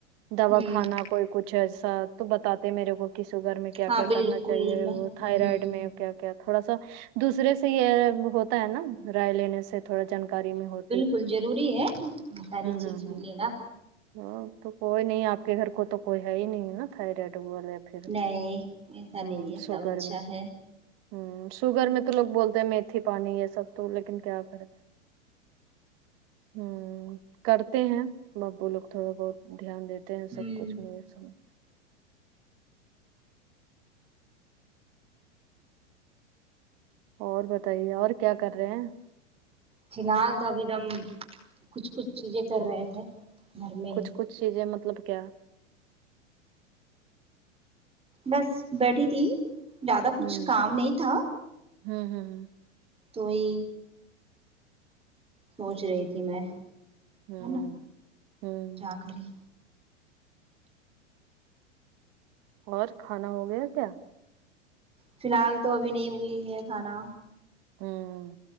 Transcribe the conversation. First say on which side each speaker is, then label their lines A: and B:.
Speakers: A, on the right (about 45°); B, on the right (about 15°).
A: دوا
B: ہوں
A: کھانا کوئی کچھ ایسا تو بتاتے میرے کو کے شوگر میں کیا
B: ہاں
A: کیا
B: بالکل
A: کرنا چاہیے
B: میں
A: وہ
B: ہوں
A: تھائرائڈ
B: ہوں
A: میں کیا کیا تھوڑا سا دوسرے سے یہ ہوتا ہے نا رائے لینے سے تھوڑا جانکاری میں ہو
B: کچھ ضروری ہے ساری چیز
A: ہوں
B: بھی
A: ہوں
B: لینا
A: ہاں تو کوئی نہیں آپ کے گھر کو تو کوئی ہے ہی نہیں نا تھائرائڈ والے پھر
B: نہیں ایسا
A: ہوں
B: نہیں ہے
A: شوگر
B: سب اچھا
A: میں
B: ہے
A: ہوں شوگر میں تو لوگ بولتے ہیں میتھی پانی یہ سب تو لیکن کیا کرے ہوں کرتے ہیں ابو لوگ تھوڑے بہت دھیان دیتے
B: ہوں
A: ہیں سب کچھ میرے سامنے اور بتائیے اور کیا کر رہے ہیں
B: فی الحال تو ابھی دم کچھ کچھ چیزیں کر رہے تھے گھر میں ہی
A: کچھ کچھ چیزیں مطلب کیا
B: بس بیٹھی تھی زیادہ کچھ
A: ہوں
B: کام نہیں تھا
A: ہوں ہوں
B: تو ہی سوچ رہی تھی میں
A: ہوں
B: نا
A: ہوں
B: کیا کریں
A: اور کھانا ہو گیا کیا
B: فی الحال تو ابھی نہیں ہوئی ہے کھانا
A: ہوں